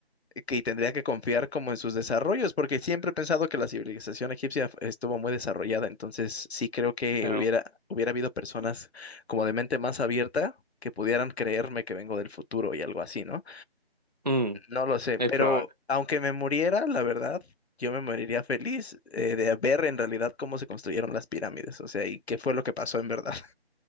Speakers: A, on the left; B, on the right.
A: que y tendría que confiar como en sus desarrollos, porque siempre he pensado que la civilización egipcia estuvo muy desarrollada, entonces sí creo que
B: claro.
A: hubiera, hubiera habido personas como de mente más abierta que pudieran creerme que vengo del futuro y algo así, ¿no?
B: Mm,
A: No lo sé,
B: es
A: pero
B: probable.
A: aunque me muriera, la verdad, yo me moriría feliz eh, de ver en realidad cómo se construyeron las pirámides, o sea, y qué fue lo que pasó en verdad.